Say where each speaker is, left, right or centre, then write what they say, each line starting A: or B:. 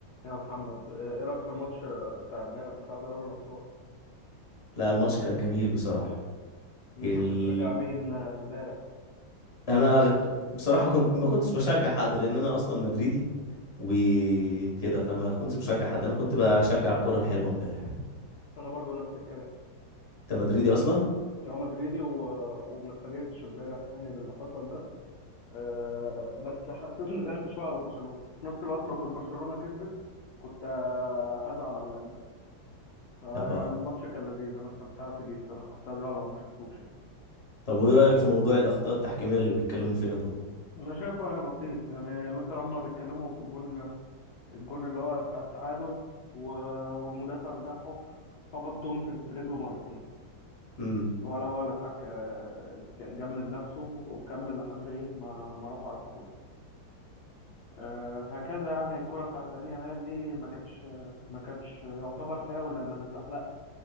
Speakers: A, on the left; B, on the left.
A: يا محمد ايه رأيك في الماتش بتاع امبارح بتاع دوري الأبطال
B: لا الماتش كان جميل بصراحة
A: مين
B: ال...
A: كنت بتشجع مين امبارح
B: انا أغ... بصراحة كنت ما كنتش بشجع حد لان انا اصلا مدريدي وكده فما كنتش بشجع حد انا كنت بشجع الكرة الحلوة امبارح
A: انا برضو نفس الكلام
B: انت مدريدي اصلا
A: يا مدريدي و... وما اتفاجئتش امبارح يعني باللي حصل ده أه بس حسيت اني زعلت شويه على برشلونه في نفس الوقت لو كنت برشلونه كسبت كنت آه، هزعل على انتر فيعني
B: طب
A: الماتش كان لذيذ انا استمتعت بيه بصراحه كنت هزعل لو ما شفتوش يعني
B: طب وايه رأيك في موضوع الاخطاء التحكيمية اللي بيتكلموا فيها دول
A: انا شايفه يعني بسيط يعني مثلا هما بيتكلموا في الجون الجون اللي هو بتاع التعادل و- والمدافع بتاعهم خبط تومفرز في رجله مرتين
B: امم
A: ولا هو اللي اتحك آه، جمد نفسه وكمل لحد ايه ما ما رفع الكوره آه، هكذا يعني الكرة بتاعت لامين يامال دي ما كانتش ما كانتش يعتبر فاول لأنها متزحلقة